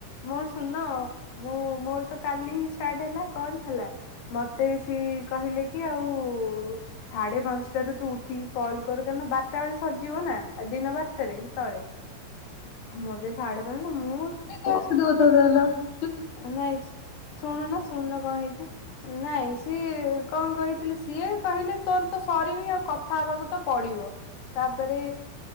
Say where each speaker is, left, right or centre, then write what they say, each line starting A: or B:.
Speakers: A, on the left; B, on the left.
A: ମୋର ଶୂନ୍ ମୋ ମୋର ତ କାଲି ହିଁ ଷ୍ଟାର୍ଟ ହେଲା କଲ ହେଲା। ମତେ ସିଏ କହିଲେ କି ଆଉ, ସାଢେ ପାଞ୍ଚଟା ରୁ ତୁ ଉଠିକି କଲ୍ କର କାରଣ ବାରଟା ବେଳେ ସରିଯିବ ନାଁ ଦିନ ବାରଟାରେ। ତଳେ ମତେ ସାଢେ ପାଞ୍ଚଟା ମୁଁ
B: ସ ଗତଦଲା <unintelligible>
A: ନାଇଁ ଶୁଣୁନ ଶୁଣୁନ କଣ ହେଇଛି? ନାଇଁ ସିଏ କଣ କହିଥିଲେ ସିଏ କହିଲେ ତୋର ତ ସରିନି ଆଉ କଥା ହବାକୁ ତ ପଡିବ। ତାପରେ